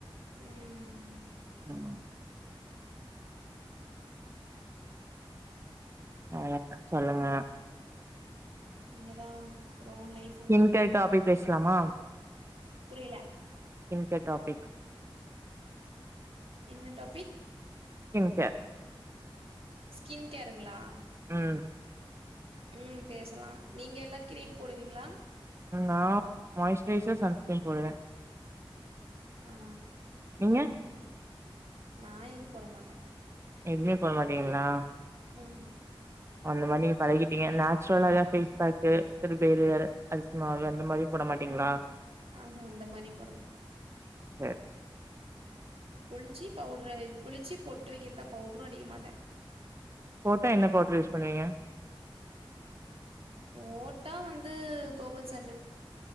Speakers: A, on the right (about 90°); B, on the right (about 30°).
A: ம்
B: ம் ஆ சொல்லுங்க
A: இங்கதா அப்பற
B: இன் கேர் டாப்பிக் பேசுலாமா
A: புரியல
B: இன்கேர் டாப்பிக்
A: என்ன டாபிக்
B: ஸ்கின் கேர்
A: ஸ்கின் கேருங்களா
B: ம்
A: ம் பேசலா நீங்க எல்லா கிரீம் போடுவீங்ளா
B: நா மாய்ஸ்ரைசர் சன்ஸ்கிரீம் போடுவே
A: ஆ
B: நீங்க
A: நா எதுவு போட மாட்டே
B: எதுமே போடமாட்டீங்களா
A: ம் ம்
B: அந்த மாரி நீங்க பழகிடீங்க நேச்சுரலா ஏதாது ஃபேஸ் பேக்கு சிறு பயறு அர அரிசிமாவு அந்த மாரி போட மாட்டீங்ளா
A: ஆ ஹா அந்த மாரியும் போட மாட்டே
B: செர்
A: குளிச்சி பவ்ட்ர குளிச்சி பொட்டு வைக்றது தா பவ்ட்ரும் அடிக்க மாட்டே
B: போட்டா என்ன பவ்டுரு யூஸ் பண்ணுவீங்க
A: போட்டா வந்து கோகுல் சாண்டல்